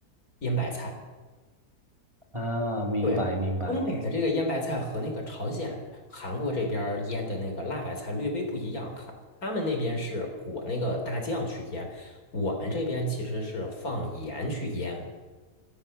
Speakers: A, on the left; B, on the right.
A: 腌白菜。
B: 啊，明白明白，
A: 对，东北的这个腌白菜和那个朝鲜、韩国这边儿腌的那个辣白菜略微不一样，哈，他们那边是裹那个大酱去腌，我们这边其实是放盐去腌，